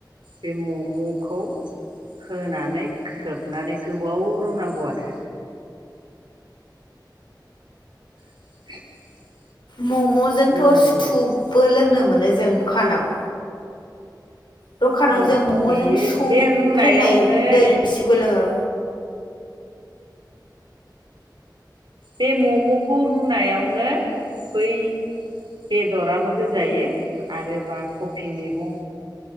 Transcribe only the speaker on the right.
बे मम'खौ होनानै खोबनानै गोबाव रुनांगौ आरो <inaudible>
रुनांगौ
बेखौ
औ
बेयो
बे रुनायावनो
बे मम'खौ रुनायावनो बै बेदराबो होजायो आरो बा कफि मैगं